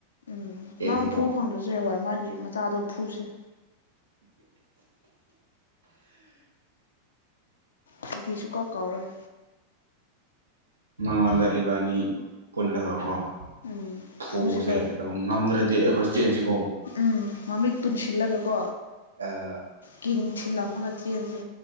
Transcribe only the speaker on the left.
ꯎꯝ
ꯃꯥꯕꯨ ꯐꯨ ꯐꯪꯗ꯭ꯔꯁꯨ ꯍꯌꯦꯡ ꯋꯥꯏ ꯃꯥꯒꯤ ꯃꯆꯥꯗꯣ ꯐꯨꯁꯦ ꯑꯩꯗꯤꯁꯨ ꯀꯥꯎ ꯀꯥꯎꯔꯣꯏ
ꯎꯝ
ꯐꯨꯁꯤꯀꯣ
ꯎꯝ ꯃꯃꯤꯠ ꯄꯨꯟꯁꯤꯜꯂꯒ ꯀꯣ
ꯀꯤꯟ ꯊꯤꯜꯂꯝꯃꯒ ꯆꯦꯟꯁꯦ